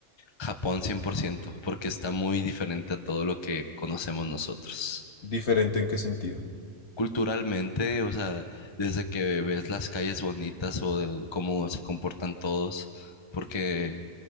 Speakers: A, on the left; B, on the left.
A: Japón 100%, porque está muy diferente a todo lo que conocemos nosotros.
B: ¿Diferente en qué sentido?
A: Culturalmente, o sea, desde que ves las calles bonitas o de cómo se comportan todos, porque,